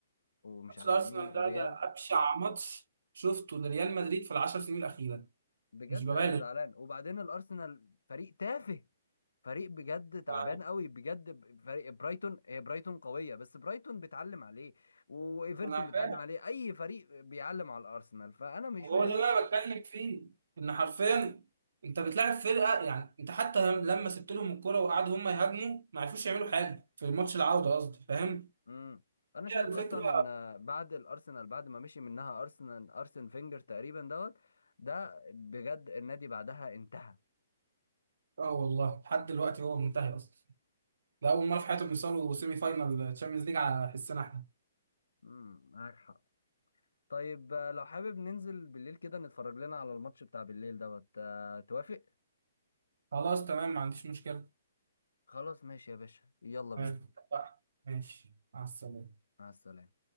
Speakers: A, on the left; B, on the right.
A: ومش
B: ماتش
A: عارف
B: الارسنال
A: مين والريال
B: ده ده ابشع ماتش شفته لريال مدريد في العشر سنين الاخيره
A: بجد
B: مش ببالغ
A: انا زعلان وبعدين الارسنال فريق تافه فريق بجد تعبان
B: ف-
A: قوي بجد ب- فريق برايتون هي برايتون قويه بس برايتون بتعلم عليه وايفرتون
B: انا
A: بتعلم
B: فاهم
A: عليه اي فريق بيعلم على الارسنال فانا مش
B: هو
A: فاهم
B: ده اللي انا بتكلم فيه ان حرفيا انت بتلاعب فرقه يعني انت حتى هم- لما سبت لهم الكرة وقعدوا هم يهاجموا ما عرفوش يعملوا حاجه في الماتش العوده قصدي فاهم
A: امم انا شايف
B: هي الفكره
A: اصلا ان بعد الارسنال بعد ما مشي منها ارسنال ارسن فينجر تقريبا دوت ده بجد النادي بعدها انتهى
B: اه والله لحد دلوقتي هو منتهي اصلا ده اول مره في حياتهم يوصلوا سيمي فاينال تشامبيونز ليج على حسنا احنا
A: امم معاك حق طيب آه، لو حابب ننزل بالليل كده نتفرج لنا على الماتش بتاع بالليل دوت آه، توافق
B: خلاص تمام ما عنديش مشكله
A: خلاص ماشي يا باشا يلا بينا
B: تمام ماشي مع السلامه
A: مع السلامة